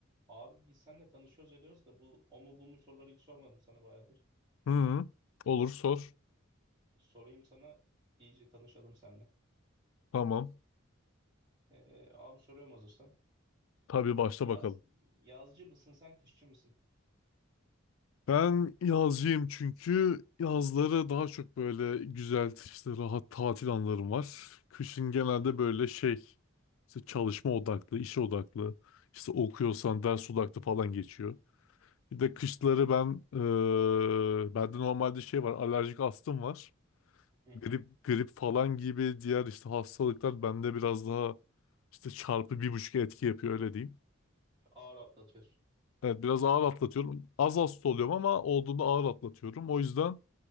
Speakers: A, on the right (about 20°); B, on the left (about 75°).
A: Abi biz seninle tanışıyoruz ediyoruz da bu o mu bu mu soruları hiç sormadım sana bayağıdır.
B: Hı, Olur sor.
A: Sorayım sana iyice tanışalım seninle.
B: tamam.
A: Ee, abi soruyorum hazırsan.
B: Tabii başla
A: Yaz,
B: bakalım.
A: yazcı mısın sen kışçı mısın?
B: Ben yazcıyım çünkü yazları daha çok böyle güzel işte rahat tatil anlarım var. Kışın genelde böyle şey işte çalışma odaklı, iş odaklı, işte okuyorsan ders odaklı falan geçiyor. Bir de kışları ben eee bende normalde şey var alerjik astım var.
A: Hı
B: Grip,
A: hı.
B: grip falan gibi diğer işte hastalıklar bende biraz daha işte çarpı bir buçuk etki yapıyor öyle diyeyim.
A: Ağır atlatıyorsun.
B: Evet biraz ağır atlatıyorum. Az hasta oluyorum ama olduğunda ağır atlatıyorum. O yüzden